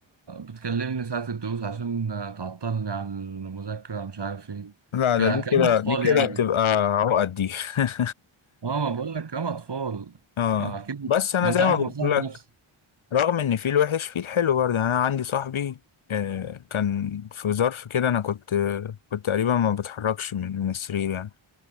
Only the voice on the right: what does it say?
بتكلمني ساعة الدروس عشان تعطلني عن المذاكرة مش عارف ايه
ك-
كلام أطفال
يعني
اه ما بقول لك هم اطفال
آه، اكيد
ما انت
عارف
مصلحة
نفسك